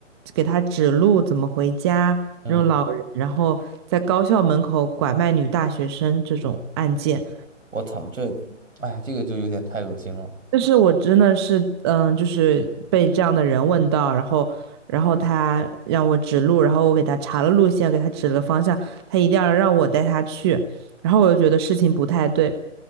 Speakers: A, on the right; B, on the right.
A: 给他指路怎么回家那种老人，
B: 嗯，
A: 然后在高校门口拐卖女大学生这种案件，
B: 我操，这，哎，这个就有点太恶心了，
A: 就是我真的是，嗯，就是被这样的人问到，然后，然后他让我指路，然后我给他查了路线，给他指了个方向，他一定要让我带他去，然后我就觉得事情不太对，